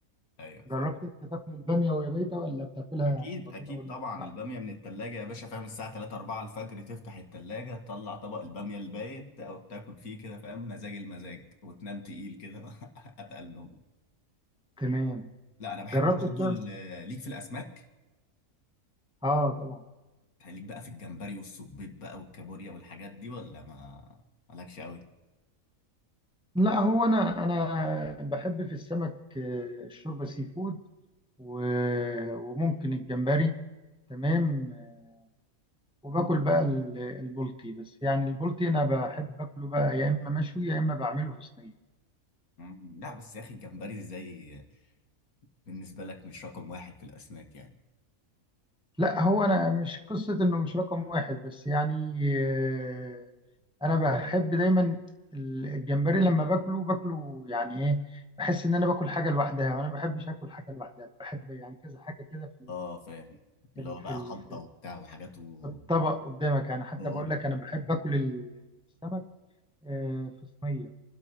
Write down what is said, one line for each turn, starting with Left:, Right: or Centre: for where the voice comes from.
Left: ايوه فاهم
Centre: جربت انت تاكل الباميه وهي بايته ولا بتاكلها
Left: اكيد
Centre: على
Left: اكيد
Centre: طول اول
Left: طبعا
Centre: ما تفتحها
Left: الباميه من التلاجة يا باشا فاهم الساعه 3 4 الفجر تفتح التلاجة تطلع طبق الباميه البايت او تاكل فيه كده فاهم مزاج المزاج وتنام تقيل كده بقى، <laughs> اتقل نوم
Centre: تمام
Left: لا انا بحب
Centre: جربت
Left: برضه
Centre: تعمل
Left: ال- ليك في الاسماك
Centre: اه طبعا
Left: ليك بقى في الجمبري والصبيط بقى والكابوريا والحاجات دي ولا ما مالكش قوي
Centre: لا هو انا انا بحب في السمك آه، الشوربه سي فود و- وممكن الجمبري تمام آه، وباكل بقى ال- البلطي بس يعني البلطي انا بحب اكله بقى يا اما مشوي يا اما بعمله في صينيه
Left: مم، لا بس يا اخي الجمبري ازاي بالنسبه لك مش رقم واحد في الاسماك يعني
Centre: لا هو انا مش قصه انه مش رقم واحد بس يعني آه، انا بحب دايما ال- الجمبري لما باكله باكله يعني ايه بحس ان انا باكل حاجه لوحدها وانا ما بحبش اكل حاجه لوحدها بحب يعني كذا حاجه كده في
Left: اه فاهم
Centre: في
Left: اللي هو
Centre: في
Left: بقى
Centre: ال-
Left: خلطه
Centre: في
Left: وبتاع وحاجات و...
Centre: الطبق قدامك يعني حتى
Left: وخضار.
Centre: بقول لك انا بحب اكل ال- السمك آه، في صينيه